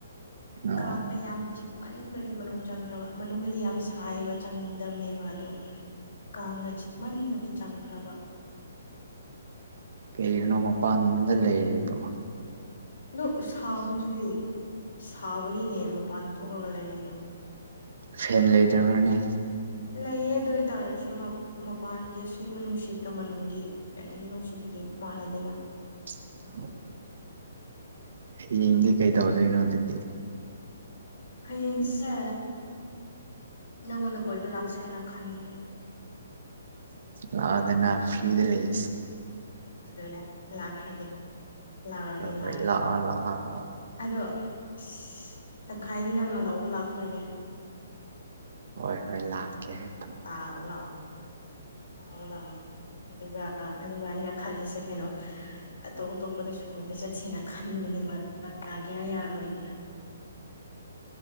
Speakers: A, on the right; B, on the left.
A: ꯑꯣ
B: ꯀꯥꯡꯅ ꯌꯥꯝ ꯆꯤꯛ ꯃꯅꯤꯡꯗꯒꯤ ꯃꯅꯨꯡ ꯆꯪꯈ꯭ꯔꯕ ꯃꯅꯨꯡꯗꯗꯤ ꯌꯥꯝ ꯁꯥꯏꯕ ꯆꯪꯅꯤꯡꯗꯕꯅꯦꯕ ꯑꯗꯨ ꯀꯥꯡꯅ ꯆꯤꯛꯃꯟꯕꯒꯤ ꯆꯪꯈ꯭ꯔꯕ꯫
A: ꯀꯩꯒꯤꯅꯣ ꯃꯄꯥꯟꯗ ꯂꯩꯔꯤꯗꫭ꯫
B: ꯑꯗꯨꯛ ꯁꯥꯕꯗꯨꯗꯤ ꯁꯥꯕꯒꯤꯅꯦ ꯃꯄꯥꯟ ꯊꯣꯛꯂꯒ ꯂꯩꯔꯤꯗꯣ꯫
A: ꯐꯦꯟ ꯂꯩꯇꯕ꯭ꯔꯥꯅꯦ꯫
B: ꯂꯩꯌꯦ ꯑꯗꯨ ꯑꯣꯏꯇꯥꯔꯁꯨ ꯃꯄꯥꯟꯒꯤ ꯑꯁꯦꯡꯕ ꯅꯨꯡꯁꯤꯠꯀ ꯃꯅꯨꯡꯒꯤ ꯀꯩꯅꯣꯒꯤ ꯅꯨꯡꯁꯤꯠꯗꯨꯗꯤ ꯃꯥꯟꯅꯗꯦꯅ꯫
A: <unintelligible> ꯍꯌꯦꯡꯗꯤ ꯀꯩ ꯇꯧꯗꫭꯏꯅꯣ ꯑꯗꯨꯗꯤ꯫
B: ꯍꯌꯦꯡꯁꯦ ꯅꯪꯉꯣꯟꯗ ꯀꯣꯏꯕ ꯂꯥꯛꯁꯤꯔꯥꯅ ꯈꯟꯕꯅꯦ꯫
A: ꯂꯥꯛꯑꫭꯗꯅꯥ ꯐ꯭ꯔꯔꯤꯗ ꯂꯩ꯫
B: ꯑꯗꯨꯅꯦ ꯂꯥꯛꯈ꯭ꯔꯒꯦ ꯂꯥꯛꯔꯒꯦ
A: ꯍꯣꯏ ꯍꯣꯏ
B: ꯂꯥꯛꯔꯒꯦ꯫
A: ꯂꯥꯛꯑꯣ ꯂꯥꯛꯑꯣ ꯂꯥꯛꯑꯣ
B: ꯑꯗꯣ ꯑꯁ ꯇꯪꯈꯥꯏꯗꯤ ꯅꯪꯅ ꯂꯧꯕ ꯂꯥꯛꯇꯣꯏꯅꯦ꯫
A: ꯍꯣꯏ ꯍꯣꯏ ꯂꯥꯛꯀꯦ ꯍꯣꯏ
B: ꯂꯥꯎꯑꯣ ꯂꯥꯎꯑꯣ ꯂꯥꯎꯑꯣ ꯂꯥꯎꯑꯣ ꯑꯗꯨꯒ ꯑ ꯑꯗꯨꯒ ꯑꯩꯅ ꯈꯜꯂꯤꯁꯦ ꯀꯩꯅꯣ ꯑꯇꯣꯞ ꯑꯇꯣꯞꯄꯗꯁꯨ ꯀꯣꯏꯕ ꯆꯠꯁꯦꯅ ꯈꯟꯕꯅꯦꯕ ꯑꯗꯨ ꯅꯪ ꯌꯥꯒꯦꯔꯥ ꯌꯥꯔꯣꯏꯒꯦꯔꯥ